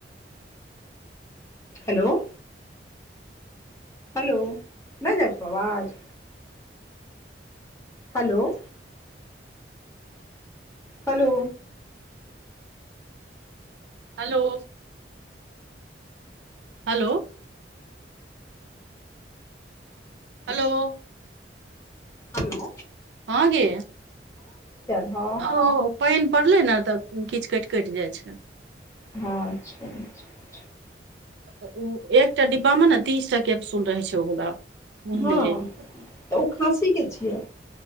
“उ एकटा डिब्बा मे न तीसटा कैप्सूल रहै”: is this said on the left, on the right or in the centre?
Right